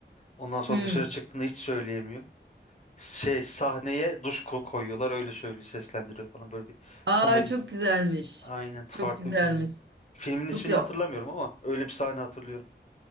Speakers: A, on the left; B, on the right.
A: Ondan sonra
B: Hmm.
A: dışarı çıktığında hiç söyleyemiyor. Şey sahneye duş ko- koyuyorlar öyle söylüyor seslendiriyor falan böyle bir
B: Aa
A: komedi
B: çok güzelmiş.
A: Aynen farklı
B: Çok güzelmiş.
A: bir filmdi. Filmin
B: Çok
A: ismini
B: güzel.
A: hatırlamıyorum ama öyle bir sahne hatırlıyorum.